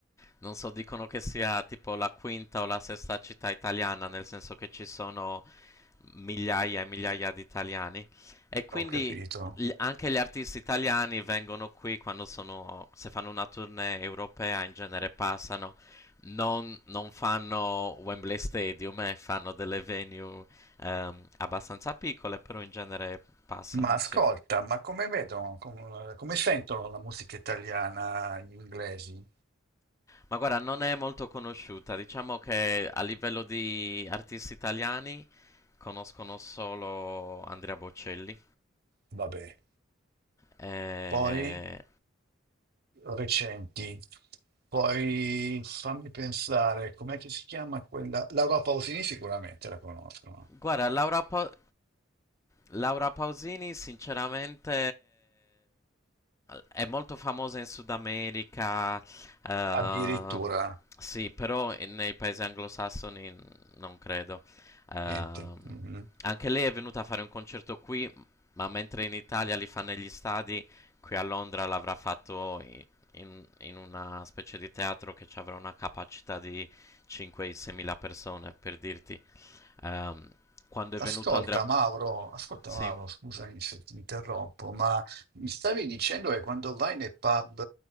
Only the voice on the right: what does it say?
ho capito.
Ma ascolta,
ma come vedono, com- come, sentono la musica italiana gli inglesi?
Vabbè,
poi recenti, poi fammi pensare, com'è che si chiama quella? Laura Pausini sicuramente la conoscono,
addirittura,
niente. Mhm.
Ascolta
Mauro, ascolta
Mauro, scusami se ti interrompo, ma mi stavi dicendo che quando vai nei pub,